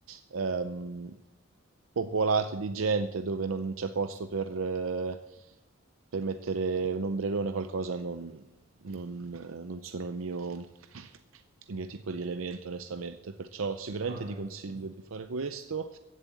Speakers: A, on the right; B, on the right.
A: ehm, popolate di gente dove non c'è posto per, eh, per mettere un ombrellone o qualcosa non non, eh, non sono il mio, il mio tipo di elemento, onestamente, perciò sicuramente
B: no, vabbè.
A: ti consiglio
B: Mm.
A: di fare questo.